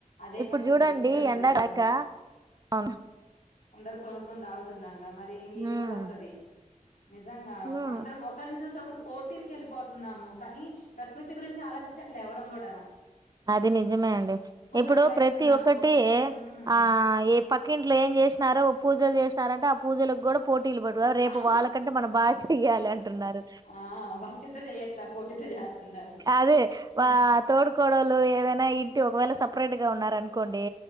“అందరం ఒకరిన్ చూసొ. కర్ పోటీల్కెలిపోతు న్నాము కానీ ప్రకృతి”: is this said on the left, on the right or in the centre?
Left